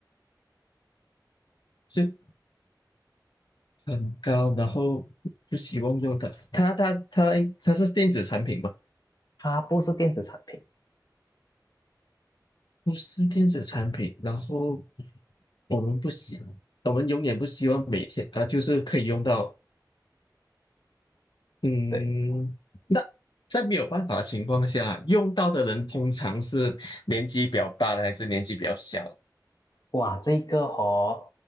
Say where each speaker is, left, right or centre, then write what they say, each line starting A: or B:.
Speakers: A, on the left; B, on the left.
A: 是很高，然后不希望用它。它它它它是电子产品吗？
B: 它不是电子产品。
A: 不是电子产品，然后我们不希，我们永远不希望每天啊、呃就是可以用到，嗯，
B: 对。
A: 那在没有办法的情况下，用到的人通常是年纪比较大的，还是年纪比较小的
B: 哇，这个哦，